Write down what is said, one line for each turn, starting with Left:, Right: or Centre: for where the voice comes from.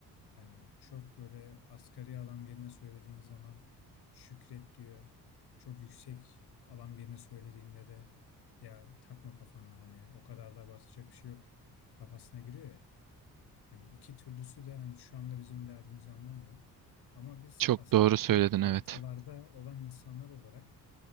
Left: hani çok böyle asgari alan birine söylediğin zaman şükret diyor. Çok yüksek alan birine söylediğinde de ya takma kafana hani o kadar da abartacak bir şey yok kafasına giriyor ya. Hani iki türlüsü de hani şu anda bizim derdimizi anlamıyor. Ama biz
Right: Çok
Left: aslında
Right: doğru söyledin
Left: bu ortalarda
Right: evet.
Left: olan insanlar olarak